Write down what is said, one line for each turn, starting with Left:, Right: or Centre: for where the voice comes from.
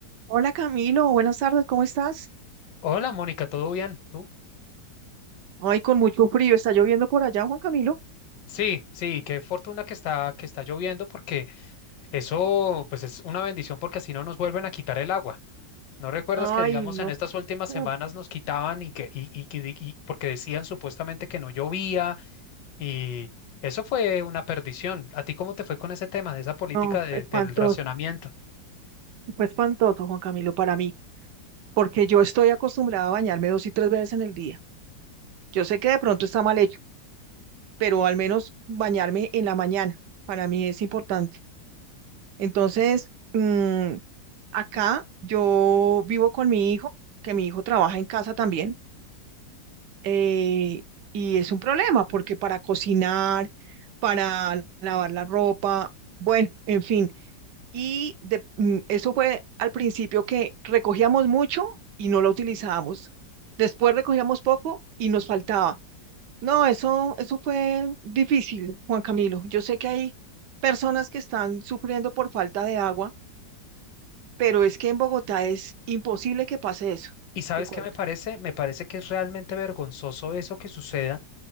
Right: Hola Camilo, buenas tardes, ¿cómo estás?
Left: Hola, Mónica, ¿todo bien? ¿Tú?
Right: Ay, con mucho frío, ¿está lloviendo por allá, Juan Camilo?
Left: Sí, sí, qué fortuna que está, que está lloviendo porque eso pues es una bendición porque así no nos vuelven a quitar el agua. ¿No recuerdas
Right: Ay,
Left: que digamos
Right: no,
Left: en estas últimas
Right: mm,
Left: semanas nos quitaban y que y, y, que di- y porque decían supuestamente que no llovía y eso fue una perdición. ¿A ti cómo te fue con ese tema de esa política
Right: no,
Left: de-
Right: espantoso,
Left: del racionamiento?
Right: fue espantoso, Juan Camilo, para mí, porque yo estoy acostumbrada a bañarme dos y tres veces en el día. Yo sé que de pronto está mal hecho, pero al menos bañarme en la mañana, para mí es importante. Entonces, mm, acá yo vivo con mi hijo, que mi hijo trabaja en casa también. eh, y es un problema porque para cocinar, para lavar la ropa, bueno, en fin. Y de- mm, eso fue al principio que recogíamos mucho y no lo utilizábamos. Después recogíamos poco y nos faltaba. No, eso, eso fue difícil, Juan Camilo. Yo sé que hay personas que están sufriendo por falta de agua, pero es que en Bogotá es imposible que pase eso.
Left: ¿Y sabes
Right: Te cuento.
Left: qué me parece? Me parece que es realmente vergonzoso eso que suceda